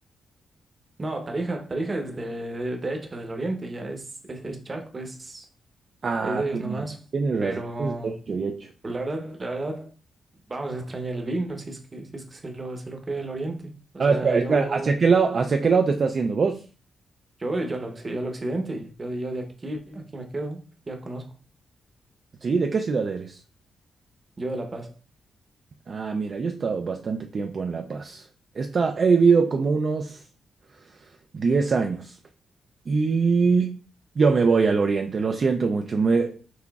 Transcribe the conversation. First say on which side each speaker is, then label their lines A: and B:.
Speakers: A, on the right; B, on the right.
A: No, Tarija, Tarija es de, de, de hecho del oriente, ya es, es, es Chaco, es,
B: ah,
A: es de ellos
B: tiene-
A: nomás.
B: tienes razón.
A: Pero
B: es Hecho y hecho.
A: pues, la verdad, la verdad, vamos a extrañar el vino si es que, si es que se lo, se lo queda el oriente. O
B: Ah,
A: sea,
B: espera,
A: yo,
B: espera, ¿hacia qué lado, hacia qué lado te estás haciendo vos?
A: yo, yo al, occ- al occidente, yo, yo de aquí, aquí me quedo, aquí ya conozco,
B: Sí, ¿de qué ciudad eres?
A: yo de La Paz.
B: Ah, mira, yo he estado bastante tiempo en La Paz. Está, he vivido como unos 10 años. Y yo me voy al oriente, lo siento mucho. Me...